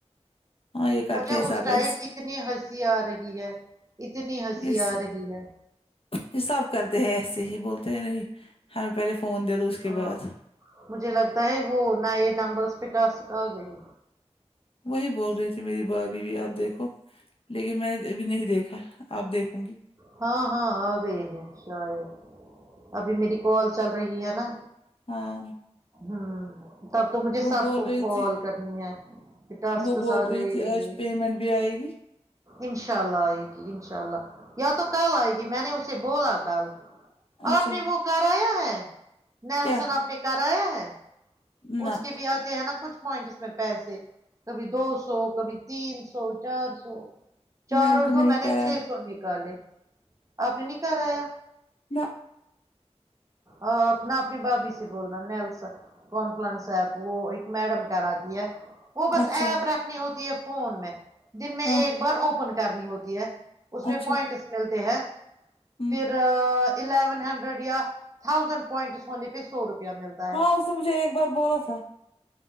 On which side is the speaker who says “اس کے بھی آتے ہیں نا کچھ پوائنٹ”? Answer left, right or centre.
Right